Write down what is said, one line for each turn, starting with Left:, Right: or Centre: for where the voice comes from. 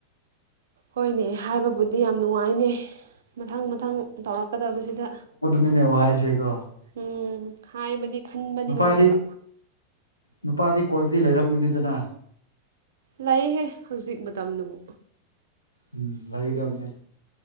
Right: ꯍꯣꯏꯅꯦ ꯍꯥꯏꯕꯕꯨꯗꯤ ꯌꯥꯝ ꯅꯨꯡꯉꯥꯏꯅꯦ ꯃꯊꯪ ꯃꯊꯪ ꯇꯧꯔꯛꯀꯗꯕꯁꯤꯗ
Left: ꯃꯤꯅꯦ ꯋꯥꯁꯦ ꯀꯣ
Right: ꯎꯝ ꯍꯥꯏꯕꯗꯤ ꯈꯟꯕꯗꯤ
Left: ꯅꯨꯄꯥꯗꯤ
Right: ꯅꯨꯡꯉꯥꯏꯕ
Left: ꯅꯨꯄꯥꯗꯤ ꯀꯣꯏꯕꯗꯤ ꯂꯩꯔꯝꯒꯅꯤꯗꯅ
Right: ꯂꯩꯍꯦ ꯍꯧꯖꯤꯛ ꯃꯇꯝꯗꯨꯕꯨ
Left: ꯎꯝ ꯂꯩꯒꯗꯕꯅꯦ